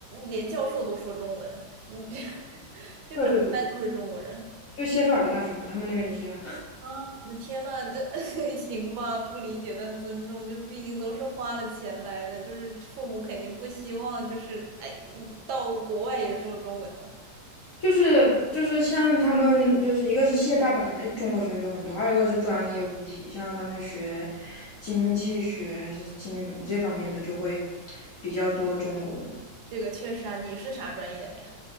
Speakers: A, on the right (about 75°); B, on the left (about 50°).
A: 连教授都说中文，你这 <laughs> 一
B: 对对对，
A: 般都是中国人。
B: 就谢菲尔德大学嘛，他们那边就是这样。
A: 啊，我的天呐，这 <laughs> 行吧？不理解但尊重，就毕竟都是花了钱来的，就是父母肯定不希望，就是哎，一到国外也说中文的。
B: 就是就是像他们就是一个是谢大本来中国学生就很多，二一个是专业问题，像他们学经济学还是金融这方面的就会比较多中国人。
A: 这个确实啊，你是啥专业的呀？